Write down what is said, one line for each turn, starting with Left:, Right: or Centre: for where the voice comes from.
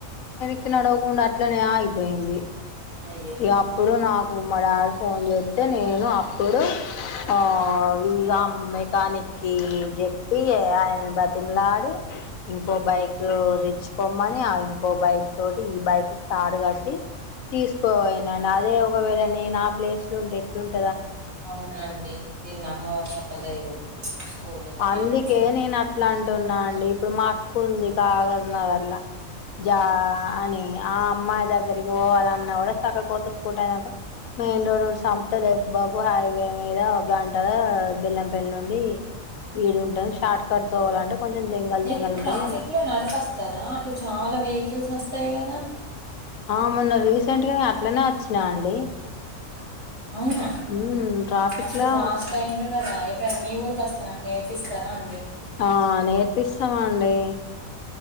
Left: కి నడవకుండా అట్లనే ఆగిపోయింది
Right: అయ్యో
Left: ఇ అప్పుడు నాకు మా డాడీ ఫోన్ చే తే నేను అప్పుడు ఆ ఇగ మెకానిక్కిి చెప్పి ఆయన బ్రతిమలాడి ఇంకో బైక్ తెెచ్చుకోమ్మని ఇంకో బైక్ తోటి ఈ బైక్ తాడు కట్టి తీసుకోనండి అదే ఒకవేళ నేను ఆ ప్లేస్ లో ఉంటే ఎట్లుంటే
Right: అవునండి దీన్ని నమ్మవసరం లేదు స్కూటీని
Left: అందుకే
Right: ఎట్లుంది
Left: నేను అట్లా అంటున్నా అండి ఇప్పుడు మా అకు ఉంది కాగజ నగరలా జాఅని అమ్మాయి దగ్గరికి అలా అన్నా కూడా చక్క కోతుసుకుంటానుకో మెయిన్ రోడ్ నుడి చపుతే దెబ్బకు హైవే మీద ఒక గంటగా బెల్లం పెళ్ల్ నుండి ఈడుంటాం షార్ట్ కట్ తోవాలంటే కొంచెం జంగల్
Right: నకు
Left: జంగల్ ఉంటది
Right: ట్రాఫిక్ లో నడపస్తదా అటు చాలా వేగ కిల్స్ అస్తయి గదా
Left: ఆ మొన్న రీసెంట్గనే అట్లనే వచ్చినా అండి
Right: అవున
Left: మ్మ్ ట్రాఫిక్
Right: మస్త్
Left: లా
Right: ఫాస్ట్ అయింన్రు కదా ఎప్పుడైనా మీ ఊరిక్ అస్తన నేర్పిస్తరా అండి.
Left: ఆ నేర్పిస్తమండి.